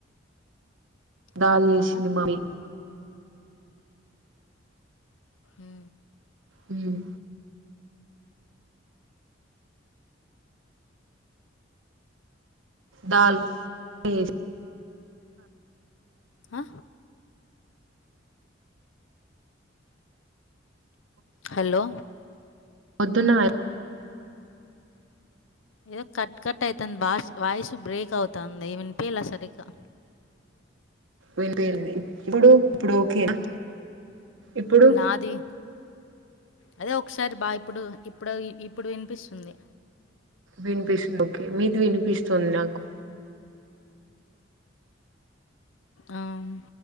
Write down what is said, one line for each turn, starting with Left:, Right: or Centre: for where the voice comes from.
Right: దాల్
Left: పప్పా
Right: చేసింది మమ్మీ
Left: ఉ
Right: ఉమ్ దాల్ చెసి
Left: ఆ హలో
Right: పొద్దున్న
Left: ఏదో కట్ కట్ అయితాంది వాస్ వాయిస్ బ్రేక్ అవుతుంది ఈ విన్పియలే సరిగ్గా
Right: వినిపియంది ఇప్పుడు ఇప్పుడు ఓకేనా ఇప్పుడు
Left: నాది అదే ఒకసారి బా ఇప్పుడు ఇప్పుడు ఇప్పుడు వినిపిస్తుంది
Right: వినిపిస్తుంది ఓకే మీది వినిపిస్తుంది నాకు
Left: ఆవు